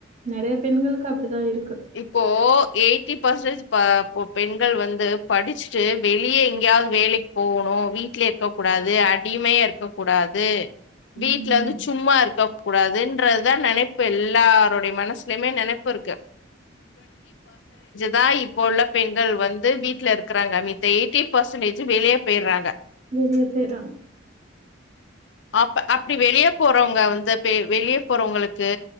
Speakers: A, on the right; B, on the left.
A: நிறைய பெண்களுக்கு அப்படிதான் இருக்கு
B: இப்போ எயிட்டி பர்சன்ட் பெண்கள் வந்து படிச்சுட்டு வெளியே எங்கேயாவது வேலைக்கு போகணும் வீட்ல இருக்கக் கூடாது எப்படியுமே இருக்கக் கூடாது
A: ம்
B: வீட்ல இருந்து சும்மா இருக்க கூடாதுன்றதுதான் நெனைப்பு எல்லாருடைய மனசுலயுமே நினைப்பு இருக்கு தான் இப்போ உள்ள பெண்கள் வந்து வீட்டுல இருக்கிறாங்க மித்த எயிட்டி பெர்சன்டேஜ் வெளியே போயிராங்க
A: வெளியே போயிறாங்க
B: அப்ப அப்டி வெளிய போறவங்க வந்து பே வெளிய போறவங்களுக்கு